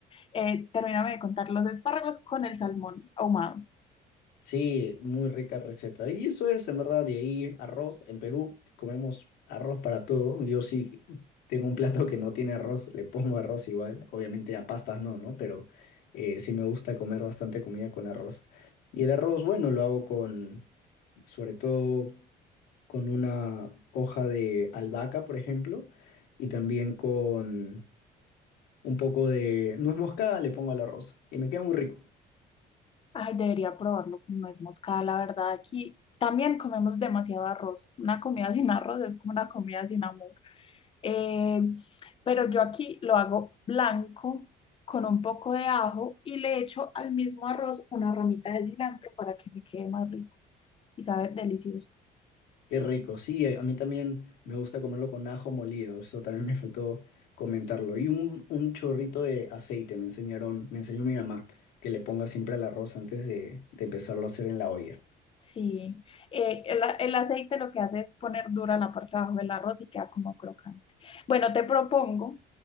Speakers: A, on the left; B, on the left.
A: Eh, termíname de contar los espárragos con el salmón ahumado.
B: Sí, muy rica receta. Y eso es, en verdad, de ahí arroz. En Perú comemos arroz para todo. Yo sí tengo un plato que no tiene arroz, le pongo arroz igual. Obviamente a pastas no, ¿no? Pero eh, sí me gusta comer bastante comida con arroz. Y el arroz, bueno, lo hago con, sobre todo, con una hoja de albahaca, por ejemplo, y también con un poco de nuez moscada le pongo al arroz. Y me queda muy rico.
A: Ay, debería probarlo con nuez moscada, la verdad. Aquí también comemos demasiado arroz. Una comida <laughs> sin arroz es como una comida sin amor. Eh, pero yo aquí lo hago blanco con un poco de ajo y le echo al mismo arroz una ramita de cilantro para que me quede más rico y sabe delicioso.
B: Qué rico. Sí, a a mí también me gusta comerlo con ajo molido. Eso también me faltó comentarlo. Y un, un chorrito de aceite me enseñaron, me enseñó mi mamá que le ponga siempre al arroz antes de, de empezarlo a hacer en la olla.
A: Sí, eh, el, el aceite lo que hace es poner dura la parte de abajo del arroz y queda como crocante. Bueno, te propongo